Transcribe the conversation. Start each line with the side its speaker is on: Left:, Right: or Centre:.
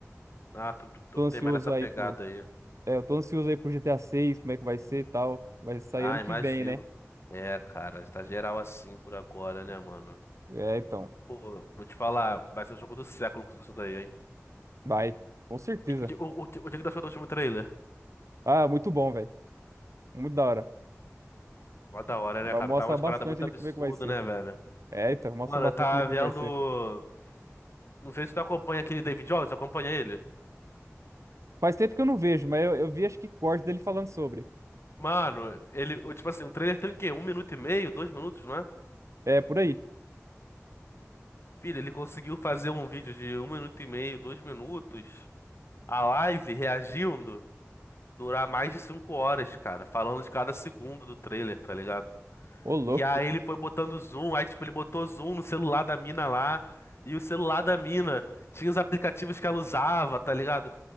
Left: Ah, tu, tu, tu
Right: Tô ansioso
Left: tem mais essa
Right: aí
Left: pegada
Right: pro.
Left: aí.
Right: É, eu tô ansioso aí pro GTA 6, como é que vai ser e tal. Vai sair
Left: Ah,
Right: ano
Left: imagino.
Right: que vem, né?
Left: pô. É, cara, tá geral assim por agora, né, mano?
Right: É, então.
Left: Pô, vou te falar, vai ser o jogo do século com isso daí, hein?
Right: Vai. Com certeza.
Left: E, que- o, o, que- o que o que tu achou do último trailer?
Right: Ah, muito bom, velho. Muito da hora.
Left: Mó da hora,
Right: Vai
Left: né, cara?
Right: mostrar
Left: Tava uma
Right: bastante
Left: parada muito
Right: ali
Left: absurda,
Right: como é que vai ser.
Left: né, velho?
Right: É, então, mostra
Left: Mano,
Right: bastante
Left: eu tava
Right: ali como
Left: vendo.
Right: é que vai ser.
Left: Não sei se tu acompanha aquele David Jones, acompanha ele?
Right: Faz tempo que eu não vejo, mas eu, eu vi acho que corte dele falando sobre.
Left: Mano, ele, o- tipo assim, um trailer tem o quê? Um minuto e meio, dois minutos, não é?
Right: É, por aí.
Left: Filho, ele conseguiu fazer um vídeo de um minuto e meio, dois minutos, a live reagindo, durar mais de cinco horas, cara, falando de cada segundo do trailer, tá ligado?
Right: Ô, louco.
Left: E aí ele foi botando zoom, aí tipo, ele botou zoom no celular da mina lá, e o celular da mina tinha os aplicativos que ela usava, tá ligado?